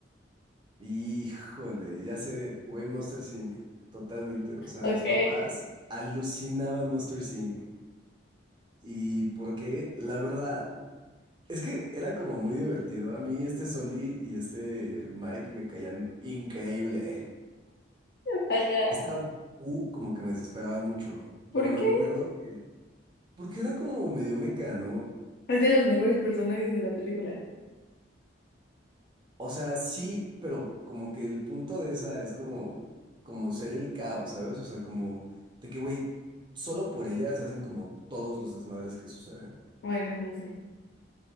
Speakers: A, on the right; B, on the left.
A: Híjole, ya sé, güey, Monster Inc. Totalmente. O sea,
B: Ok.
A: mis papás alucinaban Monster Inc. ¿Y por qué? La verdad. Es que era como muy divertido. A mí este Soli y este Mike me caían increíble. eh.
B: <laughs> Ajá.
A: Esta U como que me desesperaba mucho,
B: ¿Por
A: pero me
B: qué?
A: acuerdo que... Porque era como medio mecano.
B: Es de los mejores personajes de la película.
A: O sea, sí, pero como que el punto de esa es como, como ser el caos, ¿sabes? O sea, como de que, güey, solo por ella se hacen como todos los desmadres que suceden.
B: Bueno, no sé.